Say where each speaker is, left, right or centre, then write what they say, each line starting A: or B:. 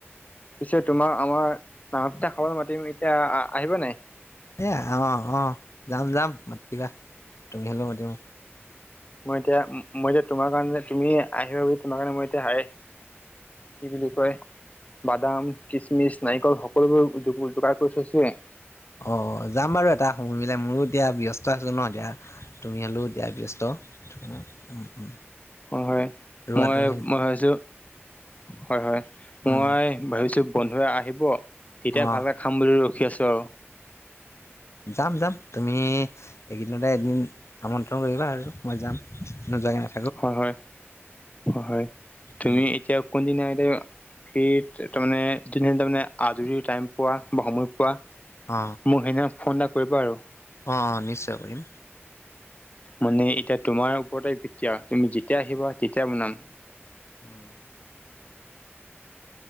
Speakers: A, on the left (about 30°); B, on the left (about 80°).
A: পিছে তোমাৰ আমাৰ নাঙল পিঠা খাবলে মাতিম এতিয়া আহিবা নাই
B: এই অঁ অঁ যাম যাম মাতিবা তুমি হ'লেও মাতিবা
A: মই এতিয়া মই এতিয়া তোমাৰ কাৰণে তুমি আহিবা বুলি তোমাৰ কাৰণে মই এতিয়া হ কি বুলি কয় বাদাম কিচমিচ নাৰিকল সকলোবোৰ যোগাৰ কৰি থৈছোয়ে
B: অ যাম বাৰু এটা সময় মিলাই মোৰো এতিয়া ব্যস্ত আছো ন এতিয়া তুমি হলেও দিয়া ব্যস্ত সেইটো কাৰণে উম উম
A: হয়
B: ৰোৱাটো
A: হয় মই
B: সেই
A: মই ভাবিছো হয় হয়
B: উম
A: মই ভাবিছোঁ বন্ধুৱে আহিব তেতিয়া
B: অ
A: ভালকে খাম বুলি ৰখি আছো আৰু
B: যাম যাম তুমি এইকেইদিনতে এদিন আমন্ত্ৰণ কৰিবা আৰু মই যাম নুযোৱাকে
A: হয় হয় হয় হয় তুমি
B: উম উম
A: এতিয়া কোনদিনা ঠিক ত-তাৰমানে যেতিয়া তাৰমানে আজৰি টাইম পোৱা বা সময় পোৱা
B: অ
A: মোক সেইদিনা ফোন এটা কৰিবা আৰু।
B: অ অ নিশ্চয় কৰিম।
A: মানে এতিয়া তোমাৰ ওপৰতে কেতিয়া তুমি যেতিয়া আহিবা তেতিয়া বনাম।
B: উম,